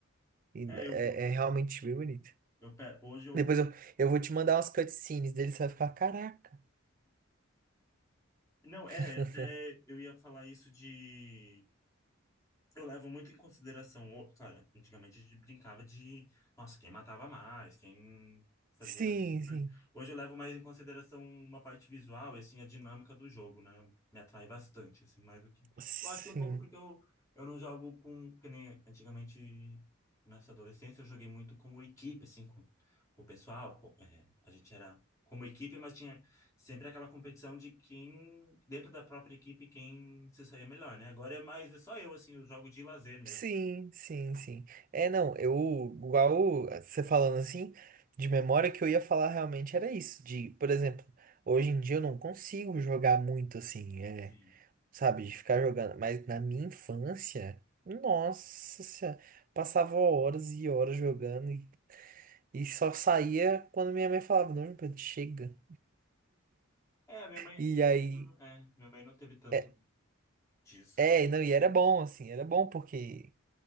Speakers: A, on the right; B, on the left.
A: E
B: É, eu,
A: é, é realmente bem bonito.
B: eu pe- hoje eu
A: Depois eu, eu vou te mandar umas cutscenes dele, você vai ficar, caraca.
B: não,
A: <laughs>
B: é, eu até eu ia falar isso de Eu levo muito em consideração, o- claro, antigamente a gente brincava de, nossa, quem matava mais, quem fazia,
A: Sim,
B: né?
A: sim.
B: Hoje eu levo mais em consideração uma parte visual e, assim, a dinâmica do jogo, né? Me atrai bastante, assim, mais do que...
A: Sim.
B: Eu acho que um pouco porque eu, eu não jogo com, que nem antigamente, nessa adolescência, eu joguei muito como equipe, assim, com, com o pessoal, com- é, a gente era como equipe, mas tinha Sempre aquela competição de quem, dentro da própria equipe, quem se sair melhor, né? Agora é mais, é só eu, assim, eu jogo de lazer mesmo.
A: Sim, sim, sim. É, não, eu, igual você falando assim, de memória que eu ia falar realmente era isso, de, por exemplo, hoje em dia eu não consigo jogar muito assim, é,
B: Sim.
A: sabe? De ficar jogando. Mas na minha infância, nossa senhora, passava horas e horas jogando e, e só saía quando minha mãe falava, não, Pedro, chega.
B: É, minha mãe,
A: E
B: acho
A: aí,
B: que eu não- é, minha mãe não teve tanto
A: é,
B: disso,
A: é,
B: eu acho.
A: não, e era bom, assim, era bom porque